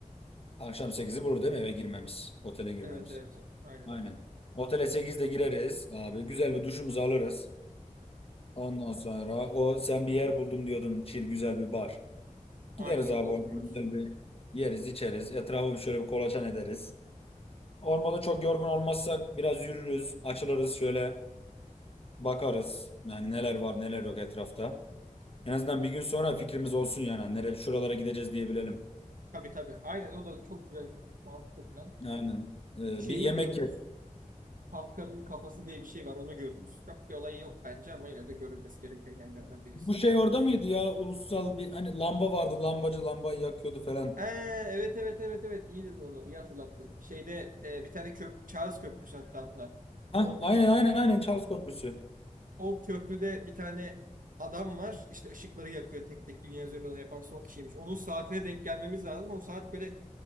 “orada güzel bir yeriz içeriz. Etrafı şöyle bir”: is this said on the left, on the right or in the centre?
Left